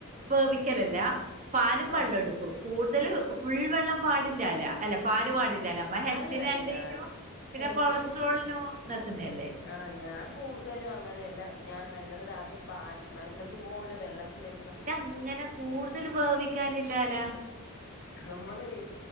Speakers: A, on the right (about 35°); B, on the left (about 50°).
A: വേവിക്കലല്ല പാലും വെള്ളം
B: ആഹ്
A: എടുക്കും. കൂടുതൽ ഫുൾ വെള്ളം പാടില്ലാല അല്ല പാല് പാടില്ലാല അമ്മ ഹെൽത്തിന്
B: അല്ല
A: നല്ലേനും
B: ഞാൻ
A: പിന്നെ
B: ഹെൽത്തില്
A: കൊളസ്ട്രോളിനോ താക്കുന്നെ അല്ലേ
B: ആ ഞാൻ കൂടുതലും അങ്ങനെയല്ല ഞാൻ നല്ലതൊരു ആദ്യം പാൽ നല്ലതുപോലെ വെള്ളത്തിലി
A: പിന്നെ ങ്ങനെ കൂടുതൽ വേവിക്കാനില്ലാലാ
B: നമ്മളെ